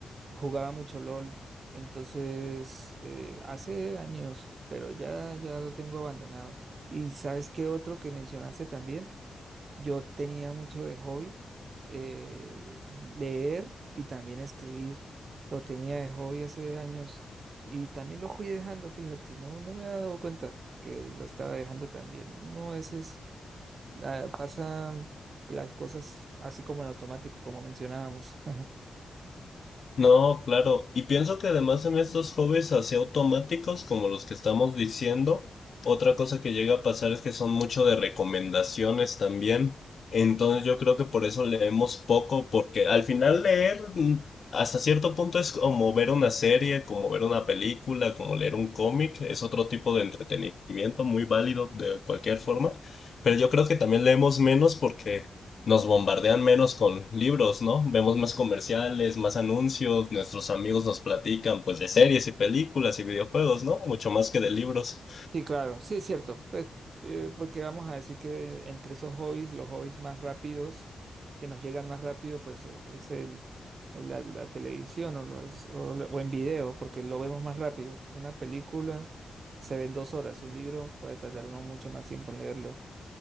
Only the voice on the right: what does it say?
jugaba mucho LOL, entonces eh, hace años, pero ya, ya lo tengo abandonado. Y sabes qué otro que mencionaste también, yo tenía mucho de hobby eh, leer y también escribir. Lo tenía de hobby hace años y también lo fui dejando, fíjate, no, no me he dado cuenta que lo estaba dejando también. No, ese es, ah, pasa las cosas así como en automático, como mencionábamos. <laughs>
Sí, claro, sí es cierto, pues, eh, porque vamos a decir que entre esos hobbies, los hobbies más rápidos, que nos llegan más rápido, pues es el, el- la, la televisión o, los, o, lo- o en video, porque lo vemos más rápido. Una película se ve en dos horas, un libro puede tardar uno mucho más tiempo en leerlo.